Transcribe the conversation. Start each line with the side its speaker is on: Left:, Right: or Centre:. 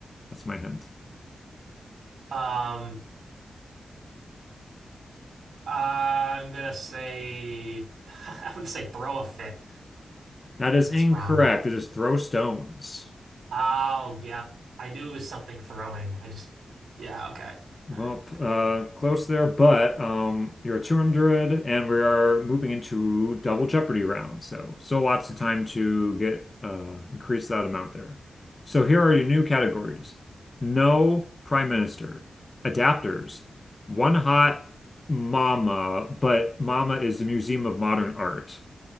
Left: That's my hint.
Right: Um I'm gonna say <laughs> I'm gonna say throw a fit
Left: That is
Right: and it's
Left: incorrect.
Right: wrong.
Left: It is throw stones.
Right: Oh yeah. I knew it was something throwing. I just yeah, okay.
Left: Well,
Right: All right.
Left: uh, close there, but um, you're at 200, and we are moving into double Jeopardy round. So, so lots
Right: Okay.
Left: of time to get uh, increase that amount there. So here are your new categories: No Prime Minister, Adapters, One Hot Mama, but Mama is the Museum of Modern Art.